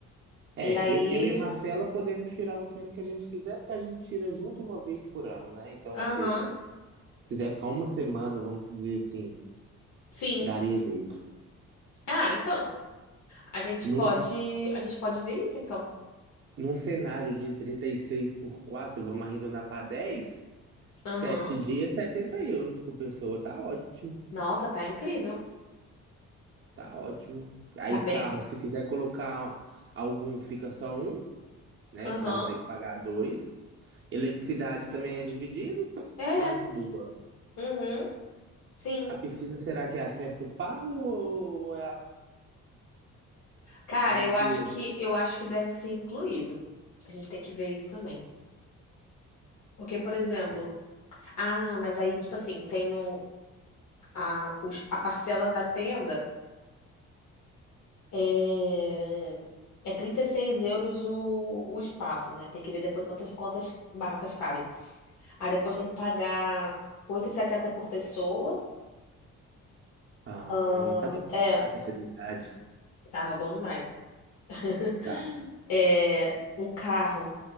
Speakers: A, on the right (about 45°); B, on the left (about 75°).
A: É,
B: E aí,
A: eu, eu e a Marcela podemos tirar o tempo que a gente quiser, porque a gente tira junto uma vez por ano, né? Então,
B: aham,
A: ou seja, se quiser ficar uma semana, vamos dizer assim,
B: sim.
A: daria jeito.
B: Ah, então, a gente
A: Num,
B: pode, a gente pode ver isso, então.
A: num cenário de 36 por 4, vamos arredondar para 10, sete
B: Aham.
A: dias, 70 euros por pessoa. Tá ótimo,
B: Nossa, tá incrível.
A: tá ótimo. Aí,
B: Tá bem.
A: carro, se quiser colocar algum, fica só um, né?
B: Aham.
A: Para não ter que pagar dois. Eletricidade também é dividido,
B: É.
A: então é de boa.
B: Uhum. Sim.
A: A piscina será que é acesso pago ou é,
B: Cara,
A: ou é
B: eu
A: incluso?
B: acho que, eu acho que deve ser incluído. A gente tem que ver isso também. Porque, por exemplo,
A: Pera.
B: ah, mas aí, tipo assim, tem o, a, os- a parcela da tenda É, é 36 euros o, o espaço, né? Tem que ver depois quantas, quantas barracas cabem. Aí depois tem que pagar oito e setenta por pessoa.
A: Ah,
B: Ah,
A: tava bom
B: é,
A: demais pra ser verdade.
B: tava bom demais, né? <laughs>
A: Tá.
B: É, o carro,